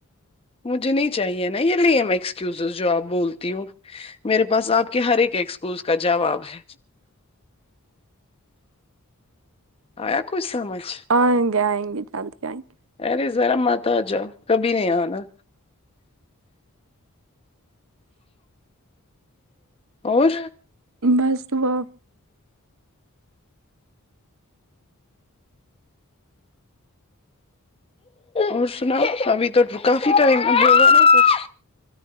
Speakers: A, on the left (about 25°); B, on the right (about 65°).
A: مجھے نہیں چاہیے نا یہ لیم ایکسسز جو آپ بولتی ہو میرے پاس آپ کے ہر ایکسکیوز کا جواب ہے آیا کچھ سمجھ
B: آئیں گے آئیں گے جلدی آئیں گے
A: ارے ذرا مات آ جاؤ کبھی نہیں آنا اور
B: بس دعا
A: اور سناؤ ابھی تو کافی ٹائم ہوگا نا کچھ